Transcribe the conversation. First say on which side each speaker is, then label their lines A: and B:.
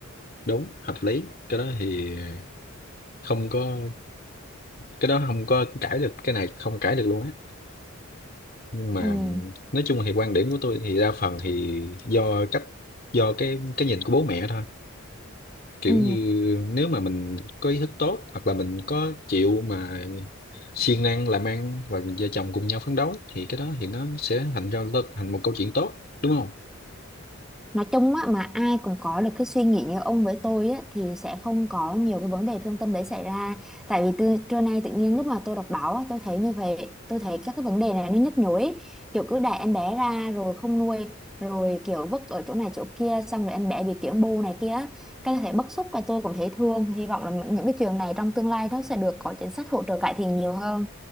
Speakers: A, on the left; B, in the centre.
A: đúng hợp lý cái đó thì không có cái đó không có cãi được cái này không cãi được luôn á nhưng mà
B: ừ
A: nói chung thì quan điểm của tôi thì đa phần thì do cách do cái cái nhìn của bố mẹ thôi kiểu
B: ừ
A: như nếu mà mình có ý thức tốt hoặc là mình có chịu mà siêng năng làm ăn và vợ chồng cùng nhau phấn đấu thì cái đó thì nó sẽ thành ra thành một câu chuyện tốt đúng không?
B: nói chung á mà ai cũng có được cái suy nghĩ như ông với tôi á thì sẽ không có nhiều cái vấn đề thương tâm đấy xảy ra tại vì từ trưa nay tự nhiên lúc mà tôi đọc báo á, tôi thấy như vậy tôi thấy các cái vấn đề này nó nhức nhối ấy. kiểu cứ đẻ em bé ra rồi không nuôi rồi kiểu vứt ở chỗ này chỗ kia xong rồi em bé bị kiểu bô này kia á. cái thể bức xúc và tôi cũng thấy thương hy vọng là những những cái trường này trong tương lai nó sẽ được có chính sách hỗ trợ cải thiện nhiều hơn